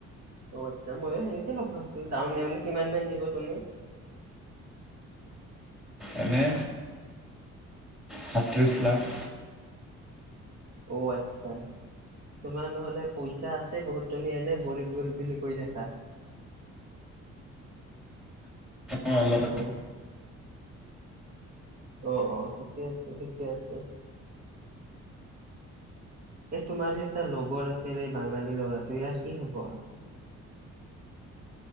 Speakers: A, on the right; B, in the centre.
A: অ' আচ্ছা ময়ো সেনেকে লম ভাবছো ডাউন পেমেণ্ট কিমান মান দিব তুমি?
B: এনে সাতত্ৰিছ লাখ।
A: অ' আচ্ছা তোমাৰ নহলে পইচা আছে বহুত, তুমি এনে গৰীব গৰীব বুলি কৈ থাকা।
B: অঁ, অলপ
A: অ' অ' অ' ঠিকে আছে ঠিকে আছে এ তোমাৰ যে এটা লগৰ আছিল বাঙালী লৰাটো ইয়াৰ কি খবৰ?